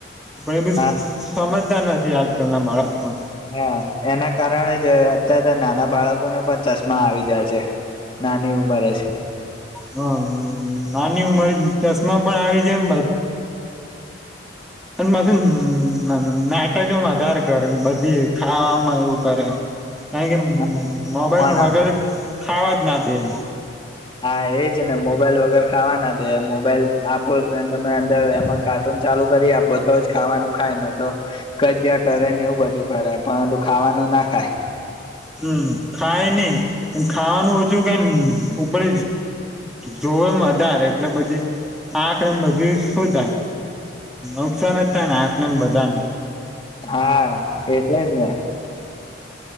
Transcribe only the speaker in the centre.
ભાઈ <unintelligible>
સમજતા નથી ના આજ કલ ના બાળક પણ
હ આની ઉમર ચશ્માં પણ આવી જાયે એમ બધું <unintelligible> નાટકમાં વધારે કરે, બધી ખાવામાં એવું કરે. કારણ કે,
મોબાઈલ
વગર
ખાવા જ ના. <unintelligible>
હમ્મ ખાય ની ખાવાનું ઓછું, ઉપર જોવા વધારે એટલે પછી આંખને બધી શું થાય નુકસાન જ થાય ને આંખને બધાને